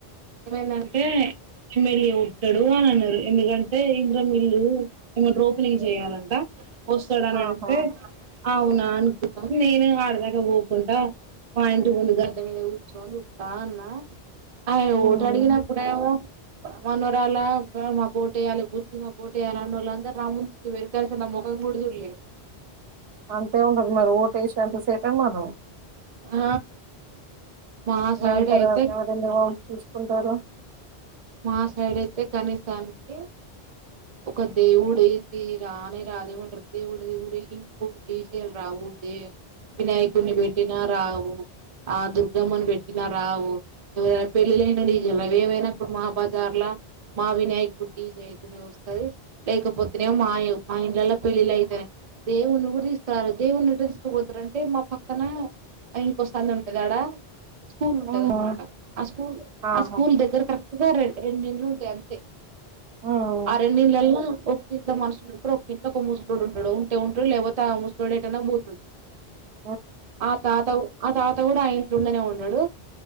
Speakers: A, on the right; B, on the right.
A: ఏమైందంటే మళ్లి ఉట్టడు అని అన్నారు ఎందుకంటే ఇంద్రమ్మ ఇల్లు ఏమ తో ఫ్రీ జేయ్యాలంట వస్తడనంటే
B: ఆహా
A: అవునా అనుకున్నాం నేను ఆడదాకా పోకుంటా మా ఇంటి గుండి గడ్డ మీద కూ చదుతా అన్నా ఆయ
B: ఉమ్
A: ఓట అడిగినప్పుడేమో మనోరాల మా కోటేయాలి బుజ్జి మా కోటేయాలి అన్నోళ్ళ అందరుముంచిరు కలిస మూడుదులే
B: అంతే ఉండదు మరి ఓటేసేంతసేపే మనం
A: ఆ మా సైడ్
B: నా తర్వాత
A: అయితే
B: ఎవరంది వా చూసుకుంటారు
A: మా సైడ్ అయితే కనీసానికి ఒక దేవుడు ఇది రానే రాదే ఉంటారు దేవుడు దేవుడి ఊరేగింపు ఇ రావు వినాయకుడిని పెట్టిన రావు ఆ దుర్గమ్మని పెట్టిన రావు ఎవరైనా పెళ్ళి అయిన డీజేలు అవి ఏవైనా ఇప్పుడు మా బజ్జర్ల మా వినాయకుడు డీజే ఐతేనే వస్తుంది లేకపోతేనే మా మ ఇల్లాల పెళ్లిళ్లు అయితనై దేవుని కూడా తీసుకురారు దేవుని ఎటో తీస్కుపోతారంటే మా పక్కన ఇంకోసాందు ఉంటది ఆడా స్కూల్ ఉంటదాన్మాట
B: హ్మ్.
A: ఆ స్కూల్
B: ఆహా
A: ఆ స్కూల్ దగ్గర కరెక్ట్గా రెండు ఇళ్ళు ఉంటాయి అంతే
B: ఉమ్
A: ఆ రెండుల్లాలో ఒకింత మనసుు ఉంటడు ఒక్కకింద ఒక ముసలోడు ఉంటాడు ఉంటే ఉంటాడు లేకపోతే ఆ ముసలోడు ఏటైనా పోతడు
B: అ
A: ఆ తాత ఆ తాత కూడా ఆ ఇట్లోండనే ఉన్నాడు